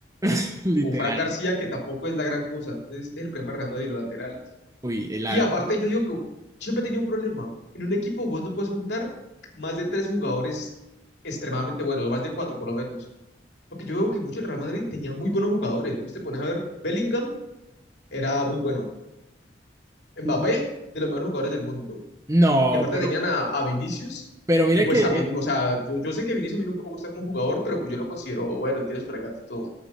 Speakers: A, on the right; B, on the left.
A: <laughs> literal.
B: o Fran García que tampoco es la gran cosa. Entonces el problema del Real Madrid, los laterales.
A: Uy, eh, la
B: Y
A: verdad.
B: aparte yo digo que yo siempre tenía un problema. En un equipo vos no puedes juntar más de tres jugadores extremadamente buenos, o más de cuatro por lo menos. Porque yo veo que mucho el Real Madrid tenía muy buenos jugadores. Vos te pones a ver, Bellingham era muy bueno. Mbappé,
A: <clears throat>
B: de los mejores jugadores del mundo.
A: No,
B: Y aparte
A: pero,
B: tenían a, a Vinicius,
A: pero mira
B: que pues
A: que, eh,
B: a mí, o sea, yo, yo sé que Vinicius a mí nunca me gusta como jugador, pero pues yo lo considero, bueno, él tiene su regate y todo.